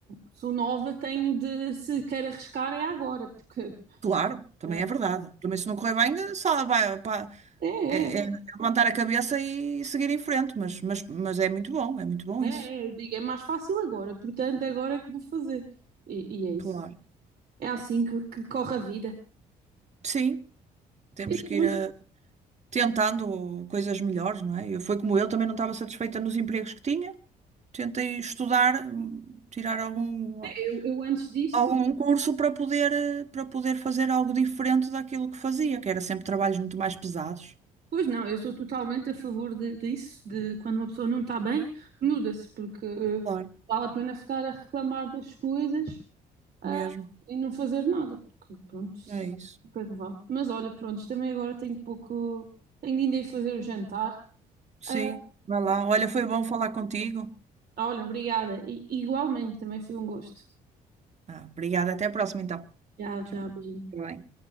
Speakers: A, on the right; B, on the right.
A: sou nova, tenho de, se quer arriscar, é agora, porque
B: Claro, também
A: eh,
B: é verdade. Também se não correr bem, eh, só vai, pá,
A: é,
B: É,
A: é,
B: é é levantar a cabeça e seguir em frente, mas, mas, mas é muito bom, é muito bom
A: é,
B: isso.
A: é, eu digo, é mais fácil agora, portanto, agora é que vou fazer. E, e é isso.
B: Claro.
A: É assim que, que corre a vida.
B: Sim, temos
A: E
B: que
A: pronto,
B: ir eh, tentando coisas melhores, não é? Eu, foi como eu, também não estava satisfeita nos empregos que tinha. Tentei estudar, hum, tirar algum,
A: Eu, eu antes disto,
B: algum curso para poder, eh, para poder fazer algo diferente daquilo que fazia, que era sempre trabalhos muito mais pesados.
A: pois não, eu sou totalmente a favor de, disso, de quando uma pessoa não está bem, muda-se, porque eh,
B: Claro,
A: vale a pena ficar a reclamar das coisas. ah,
B: mesmo.
A: e não fazer nada, porque pronto, isso-
B: É isso.
A: é o que é que vale? Mas olha, pronto, também agora tenho pouco, tenho de ainda ir fazer o jantar.
B: Sim,
A: Ah,
B: vai lá. Olha, foi bom falar contigo.
A: olha, obrigada. E, igualmente, também foi um gosto.
B: Ah, obrigada, até a próxima então.
A: Tchau,
B: Tchau.
A: tchau, beijinho.
B: Tá bem.